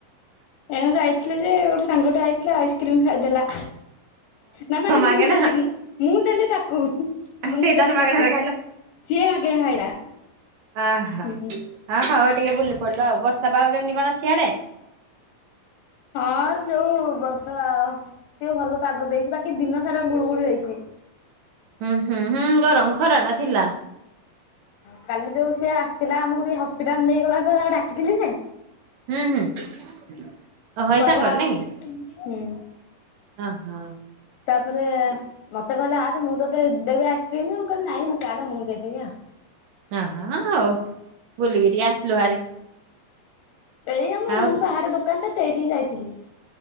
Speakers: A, on the left (about 80°); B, on the right (about 80°).
A: ଏମେ ଯାଇଥିଲୁ ଯେ ଗୋଟେ ସାଙ୍ଗ ଟେ ଆଇଥିଲା ଆଇସ୍କ୍ରିମ ଖାଇଦେଲା। ନା ମାନେ
B: ମାଗେଣା
A: ମୁଁ ଦେଲି ମୁଁ ଦେଲି ତାକୁ ମୁଁ
B: ସିଏ ତାହେଲେ
A: ଦେଲି
B: ମାଗଣାରେ
A: ତାକୁ। ସିଏ ମାଗେଣା ଖାଇଲା।
B: ଓହୋ
A: ହୁଁ
B: ହ ହଉ ଟିକେ ବୁଲି ପଡିଲୁ ଆଉ ବର୍ଷା ପାଗ କେମିତି କଣ ଅଛି ଇଆଡେ?
A: ହଁ ଯୋଉ ବର୍ସା ଟେ ଭଲ ପାଗ ଦେଇଛି ବାକି ଦିନ ସାରା ଗୁଳୁଗୁଳି ହେଇଚି।
B: ହୁଁ ହୁଁ ହୁଁ ଗରମ ଖରା ଟା ଥିଲା।
A: କାଲି ଯୋଉ ସିଏ ଆସିଥିଲା ଆମକୁ ଟିକେ ହସ୍ପିଟାଲ ନେଇଗଲା ତ ତାକୁ ଡାକିଥିଲି ଯେ।
B: ହୁଁ ହୁଁ ତହରି
A: କହିଲା
B: ସାଙ୍ଗର ନା କି?
A: ହୁଁ
B: ଓହୋ
A: ତାପରେ ମତେ କହିଲା ଆସ ସେ ମୁଁ ତତ ଦେବି ଆଇସ୍କ୍ରିମ ମୁଁ କହିଲି ନାଇଁ ତାହେଲେ ମୁଁ ଦେଇଦବି ଆଉ।
B: ଅହଁ ହଉ ବୁଲିକି ଟିକେ ଆସିଲୁ ଭାରି।
A: ଏଇ ଆମ
B: ଆଉ
A: ରୁମ୍ ବାହାରେ ଦୋକାନ ଟା ସେଇଠିକି ଯାଇଥିଲି।